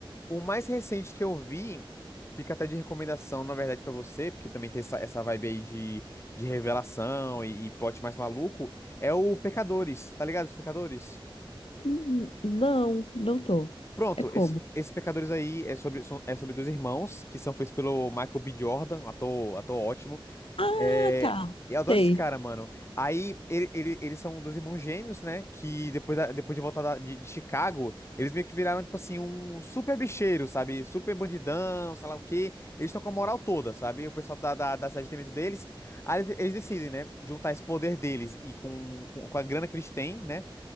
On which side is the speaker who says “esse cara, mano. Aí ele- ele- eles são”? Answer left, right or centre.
Left